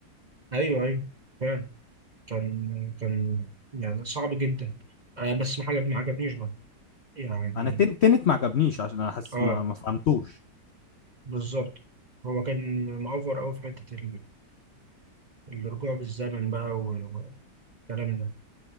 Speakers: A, on the right; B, on the left.
A: ايوه ايوه فعلا كان كان يعني صعب جدا آه بس ما حاجة ما عجبنيش برضه يعني
B: انا التن- التنت ما عجبنيش عشان انا حاسس
A: اه
B: ما, ما فهمتوش
A: بالظبط هو كان مأفور قوي في حتة الرجوع بالزمن بقى وال- والكلام ده